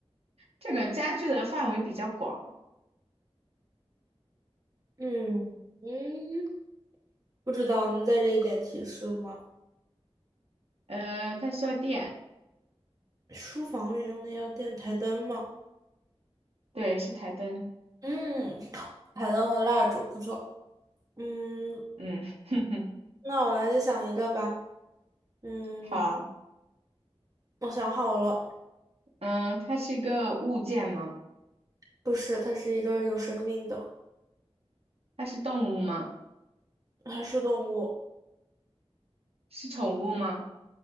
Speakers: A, on the right; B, on the right.
A: 这个家具的范围比较广。
B: 嗯嗯，不知道，能再这一点提示吗？
A: 呃，它需要电，
B: 书房里用的要电台灯吗？
A: 对，是台灯。
B: 嗯，台灯和蜡烛不错。嗯，
A: 嗯，<laughs>
B: 那我来再想一个吧。嗯，
A: 好，
B: 我想好了，
A: 嗯，它是一个物件吗？
B: 不是，它是一个有生命的，
A: 它是动物吗？
B: 它是动物。
A: 是宠物吗？